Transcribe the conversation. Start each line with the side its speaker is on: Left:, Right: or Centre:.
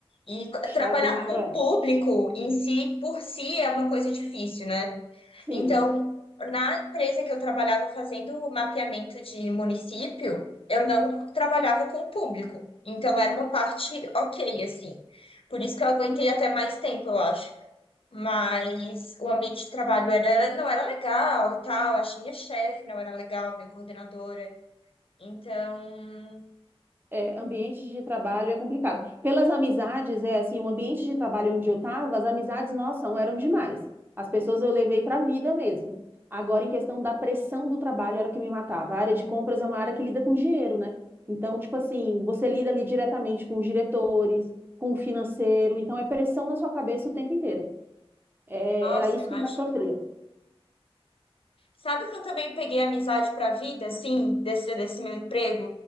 Left: E co-
Right: shopping
Left: trabalhar
Right: é
Left: com
Right: cruel.
Left: o público em si, por si, é uma coisa difícil, né?
Right: Sim.
Left: Então, na empresa que eu trabalhava fazendo mapeamento de município, eu não trabalhava com o público. Então, era uma parte ok, assim. Por isso que eu aguentei até mais tempo, eu acho. Mas o ambiente de trabalho era, não era legal e tal. Achei minha chefe não era legal, minha coordenadora. Então,
Right: É, ambiente de trabalho é complicado. Pelas amizades, é assim, o ambiente de trabalho onde eu estava, as amizades, nossa, não eram demais. As pessoas eu levei para a vida mesmo. Agora, em questão da pressão do trabalho, era o que me matava. A área de compras é uma área que lida com dinheiro, né? Então, tipo assim, você lida ali diretamente com os diretores, com o financeiro, então é pressão na sua cabeça o tempo inteiro. É,
Left: nossa,
Right: era isso
Left: imagina.
Right: que eu mais sofria.
Left: Sabe que eu também peguei amizade pra vida, assim, desse, desse meu emprego?